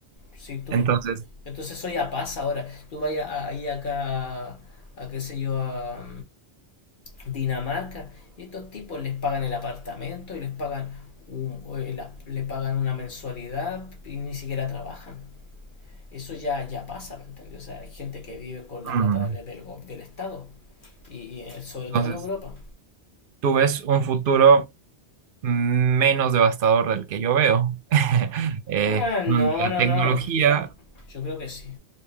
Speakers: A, on the left; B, on the right.
A: Si tú,
B: entonces,
A: entonces eso ya pasa ahora. Tú vayas ahí acá, a a qué sé yo, a, Dinamarca, y estos tipos les pagan el apartamento y les pagan, un, eh, la- le pagan una mensualidad y ni siquiera trabajan. Eso ya, ya pasa, ¿me entiendes? O sea, hay gente que vive con la
B: mm,
A: plata del, del, del Estado, y, y, eh, sobre
B: entonces,
A: todo en Europa.
B: tú ves un futuro menos devastador del que yo veo, <laughs> eh,
A: Ah, no,
B: donde la
A: no,
B: tecnología
A: no. Yo creo que sí.